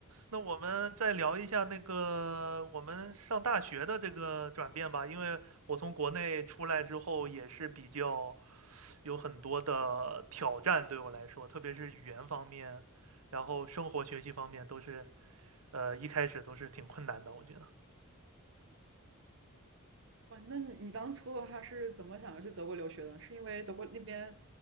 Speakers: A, on the right; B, on the right.
A: 那我们再聊一下那个我们上大学的这个转变吧，因为我从国内出来之后也是比较有很多的挑战对我来说，特别是语言方面，然后生活学习方面都是，呃，一开始都是挺困难的，我觉得。
B: 哇，那你你当初的话是怎么想要去德国留学的呢？是因为德国那边，